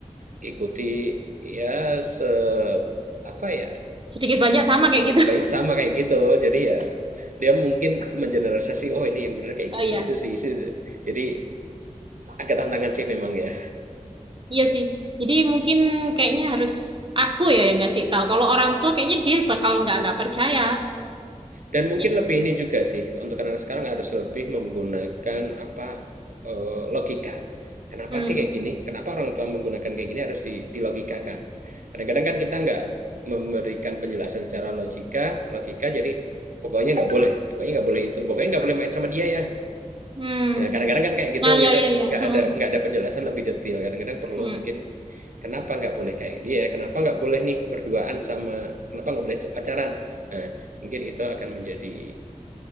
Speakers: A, on the right; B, on the right.
A: ikuti ya se apa ya,
B: sedikit banyak sama kayak
A: sedikit
B: gitu
A: banyak sama kayak gitu. Jadi ya dia mungkin mengeneralisasi, "Oh ini yang bener kayak
B: <laughs> Oh iya.
A: gitu." Itu sih, itu sih. Jadi agak tantangan sih memang ya.
B: Iya sih. Jadi mungkin kayaknya harus aku ya yang ngasih tahu. Kalau orang tua kayaknya dia bakal nggak nggak percaya.
A: Dan mungkin
B: Iya.
A: lebih ini juga sih, untuk anak-anak sekarang harus lebih menggunakan apa eh, logika. Kenapa
B: Hmm.
A: sih kayak gini? Kenapa orang tua menggunakan kayak gini harus di- dilogikakan. Kadang-kadang kan kita nggak memberikan penjelasan secara logika, logika jadi pokoknya nggak boleh, pokoknya nggak boleh itu, pokoknya nggak boleh main sama dia ya.
B: Hmm.
A: Nah, kadang-kadang kan kayak gitu
B: Ah ya
A: gitu
B: ya ya.
A: nggak
B: Hmm.
A: ada nggak ada penjelasan lebih detail. Kadang-kadang perlu
B: Hmm.
A: mungkin kenapa nggak boleh kayak dia, kenapa nggak boleh nih berduaan sama, kenapa nggak boleh pacaran. Nah, mungkin itu akan menjadi